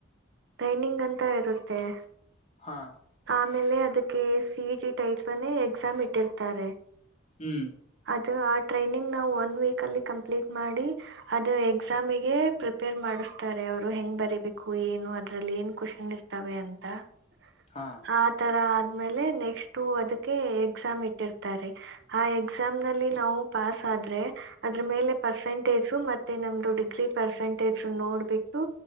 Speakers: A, on the right; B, on the left.
A: ಟ್ರೈನಿಂಗ್, ಅಂತ ಇರುತ್ತೆ? <inaudible>
B: ಹಾ. <inaudible>
A: ಆಮೇಲೆ, ಅದಕ್ಕೆ! C, T. ಟೈಪ್ ಅಲ್ಲಿ, ಎಕ್ಸಾಮ್ ಇಟ್ಟಿರ್ತಾರೆ? <inaudible>
B: ಹ್ಮ್. <inaudible>
A: ಅದು, ಆ ಟ್ರೈನಿಂಗ್ ನಾವು! ಒನ್, ವೀಕ್, ಅಲ್ಲಿ ಕಂಪ್ಲೀಟ್ ಮಾಡಿ. ಅದು ಎಕ್ಸಾಮಗೆ, ಪ್ರಿಪೇರ್ ಮಾಡ. <inaudible> ಅನುತ್ತಾರೆ, ಅವರು ಹೆಂಗ್ ಬರಿಬೇಕು! ಏನು ಅದ್ರಲ್ಲಿ ಏನ್, ಖುಷನ್ ಇರ್ತವೆ ಅಂತ. <inaudible>
B: ಹಾ
A: ಅತರ. <inaudible> ಆಮೇಲೆ, ನೆಕ್ಸ್ಟ್ ಅದಕ್ಕೆ! ಎಕ್ಸಾಮ್ ಇಟ್ಟಿರ್ತಾರೆ ಆ, ಎ. <inaudible> ಎಕ್ಸಾಮ್ ನಲ್ಲಿ, ನಾವು ಪಾಸ್ ಆದ್ರೆ ಅದ್ರ ಮೇಲೆ, ಪರ್ಸೆಂಟೇಜ್ ಮತ್ತೆ ನಮ್ದು! Degree percent. <inaudible> ಅಟ್ಲೀಸ್ಟ್, ನೋಡ್ಬಿಟ್ಟು,